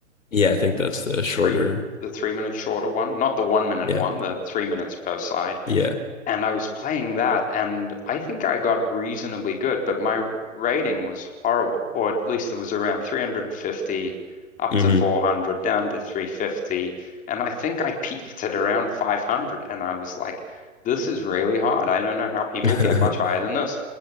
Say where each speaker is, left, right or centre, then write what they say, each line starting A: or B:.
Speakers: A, on the left; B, on the left.
A: Yeah, I think that's the
B: The
A: shorter.
B: three the three minute shorter one, not the one minute
A: Yeah.
B: one, the three minutes per side.
A: Yeah.
B: And I was playing that, and I think I got reasonably good, but my rating was horrible, or at least it was around 350 up
A: hmm
B: to 400, down to 350. And I think I peaked at around 500, and I was like, this is really hard. I don't know how people
A: <laughs>
B: get much higher than this.